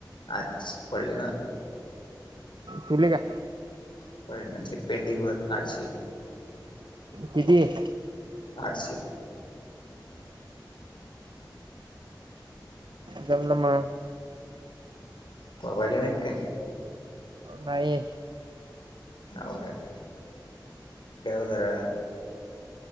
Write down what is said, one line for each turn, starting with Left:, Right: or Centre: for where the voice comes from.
Left: आज पडली ना.
Right: तुले का.
Left: <unintelligible>
Right: किती.
Left: आठशे.
Right: चल ना म.
Left: बाबा आले नाहीत काय.
Right: नाही.
Left: जाऊदेत <unintelligible> जरा.